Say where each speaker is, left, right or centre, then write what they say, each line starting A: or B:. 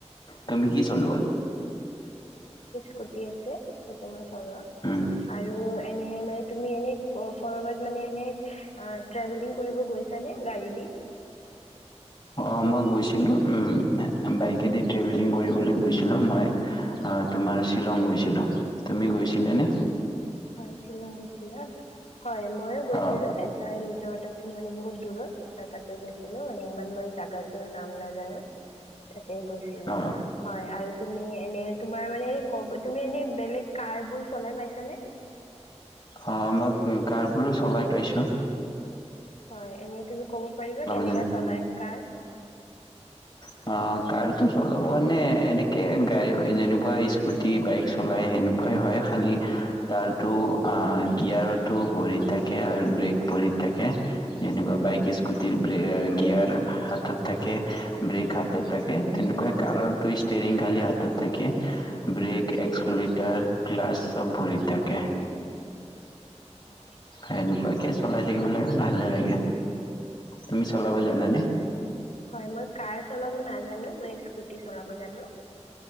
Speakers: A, on the left; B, on the left.
A: তুমি কি চলোৱা
B: ইস্কতিআছে সেইটো মই চলাও
A: উম
B: আৰু এনে মানে তুমি এনে কৰবাত মানে ট্ৰেভেলিং কৰিব গৈছা নে গাড়ী দি।
A: অ মই গৈছিলোঁ বাইকেদি ট্ৰেভেলিং কৰিবলৈ গৈছিলোঁ মই তোমাৰ শ্বিলং গৈছিলোঁ তুমি গৈছিলানে।
B: হয় শ্বিলং গৈছিলা হয় মইয়ো গৈছিলো
A: অ
B: এটা ৰিজৰ্ট আছিল মানে বহুত দূৰত তাত গৈছিলো মানে ইমান মই জাগাটোৰ নাম না জানো তাতে গৈছিলো
A: অ
B: হয় আৰু তুমি এনে তোমাৰ মানে তুমি এনে বেলেগ কাৰ বোৰ চলাই পাইছানে।
A: অ মই কাৰবোৰো চলাই পাইছো।
B: হয় এনেই তুমি কব পাৰিবা কেনেকা
A: জানো
B: চলাই কাৰ।
A: অ', কাৰটো চলাবৰ কাৰণে এনেকে গাড়ী যেনেকুৱা স্কুটি বাইক চলাই সেনেকুৱাই হয় খালী তাৰতো গিয়াৰতো ভৰিত থাকে আৰু ব্ৰেক ভৰিত থাকে। যেনেকুৱা বাইক স্কুটিৰে গিয়াৰ হাতত থাকে ব্ৰেক হাতত থাকে তেনেকুৱা কাৰৰটো ষ্টেৰিং খালি হাতত থাকে ব্ৰেক এক্সকুলেটাৰ গ্লাছ চব ভৰিত থাকে।
B: আচ্ছা,
A: সেনেকুৱাকে চলাই থাকিব লাগে। ভালে লাগে তুমি চলাব জানা নে?
B: হয় মই কাৰ চলাব নাজানো মই স্কুটি চলাব জানো